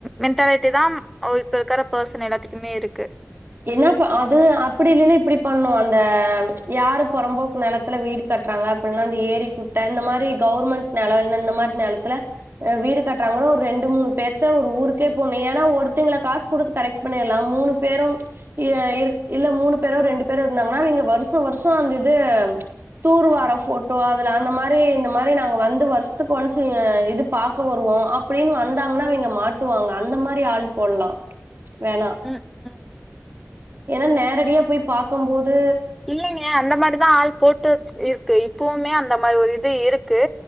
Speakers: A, in the centre; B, on the right.
A: மென்டாலிட்டி தாம் இப்ப இருக்கற பர்சன் எல்லாத்துக்குமே இருக்கு
B: என்னப்பா அது அப்டி இல்லினா இப்டி பண்ணோ அந்த யாரு பொறம்போக்கு நெலத்துல வீடு கட்றாங்க அப்புல்லா இந்த ஏரி குட்ட இந்த மாரி கவர்மெண்ட் நெலோ இல்ல இந்த மாரி நெலத்துல அ வீடு கட்டுறாங்கனா ஒரு ரெண்டு மூணு பேத்த ஒரு ஊருக்கே போன்னோ ஏன்னா ஒருத்தைங்கள காசு குடுத்து கரெக்ட் பண்ணிற்லா மூணு பேரு எ இரு இல்ல மூணு பேரோ ரெண்டு பேரோ இருந்தாங்ன்னா இங்க வருஷோ வருஷோ அந்த இது தூர்வார ஃபோட்டோ அதுல அந்த மாரி இந்த மாரி நாங்க வந்து வர்ஷத்துக்கு ஒன்ஸ் அ இதுப் பாக்க வருவோ அப்டின் வந்தாங்கன்னா அவிய்ங்க மாட்டுவாங்க அந்த மாரி ஆள் போல்லா வேனா
A: ம் ம்
B: ஏனா நேரடியா போய் பாக்கும் போது
A: இல்லைங்க அந்த மாரிதா ஆள் போட்டு இருக்கு இப்பவுமே அந்த மாரி ஒரு இது இருக்கு